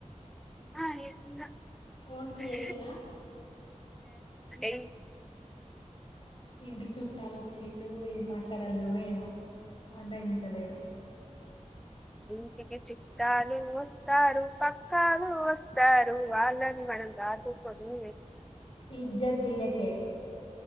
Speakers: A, in the centre; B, on the left (about 45°).
A: ఆ ఎస్ బస్
B: ఓన్ క్రియేషనా
A: ఏ <unintelligible>
B: ఇంటికి చుట్టాలు వచ్చిల్లు ఏం మాట్లాడలనో ఏమో అన్న ఇంట్లో లేడు
A: ఇంటికి చిుట్టాలు వస్తారు పక్కాలు వస్తారు వాళ్ళని మ కా పూ పోదుం
B: ఇజ్జ దీయకే